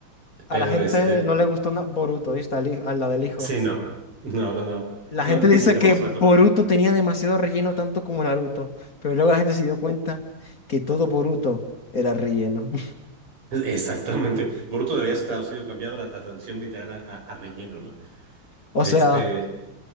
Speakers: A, on the right; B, on the left.
A: pero
B: A la gente
A: este,
B: no le gustó na- Boruto, ¿viste? Al, hij- a la del hijo.
A: sí, no, no, no, no,
B: La
A: no,
B: gente
A: ni,
B: dice
A: ni tampoco
B: que
A: se
B: Boruto
A: me antoja.
B: tenía demasiado relleno, tanto como Naruto. Pero luego la gente se dio cuenta que todo Boruto era relleno. <laughs>
A: Exactamente. Boruto debería ser traducido, cambiado la, la traducción literal a, a- a relleno, ¿no?
B: O
A: Este,
B: sea,